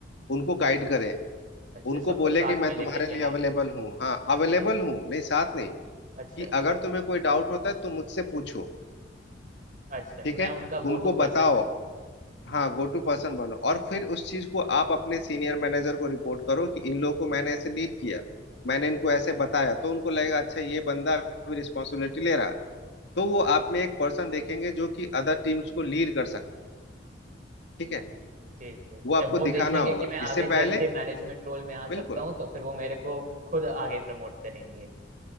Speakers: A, on the left; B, on the right.
A: उनको गाइड करें
B: अच्छा
A: उनको
B: सबको
A: बोले
B: साथ
A: कि मैं
B: में लेके
A: तुम्हारे
B: चलें
A: लिए अवेलेबल हूँ हाँ अवेलेबल
B: जी जी
A: हूँ नहीं साथ नहीं
B: अच्छा
A: कि अगर तुम्हें कोई डाउट होता है तो मुझसे पूछो
B: अच्छा
A: ठीक
B: मैं
A: है
B: उनका गो
A: उनको
B: टू
A: बताओ
B: पर्सन
A: हाँ गो टू पर्सन बनो और फिर उस चीज को आप अपने सीनियर मैनेजर को रिपोर्ट करो कि इन लोगों को मैंने ऐसे लीड किया मैंने इनको ऐसे बताया तो उनको लगेगा अच्छा ये बंदा भी रिस्पॉन्सिबिलिटी ले रहा तो वो आप में एक पर्सन देखेंगे जो कि अदर टीम्स को लीड कर सकता ठीक है
B: जी जी
A: वो आपको
B: जब वो
A: दिखाना
B: देखेंगे
A: होगा
B: कि मैं आगे
A: इससे
B: चल
A: पहले
B: के मैनेजमेंट रोल में आ सकता
A: बिल्कुल
B: हूँ तो फिर वो मेरे को खुद आगे प्रमोट करेंगे